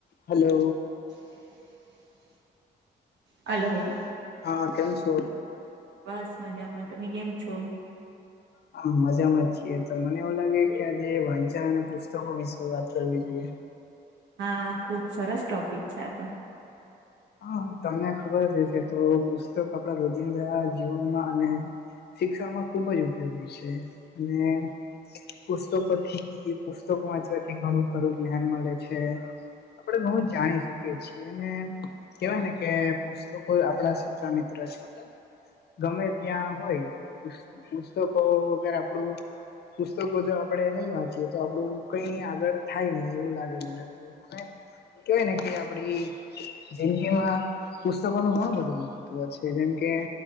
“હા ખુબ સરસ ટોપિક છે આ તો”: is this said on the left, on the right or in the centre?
Right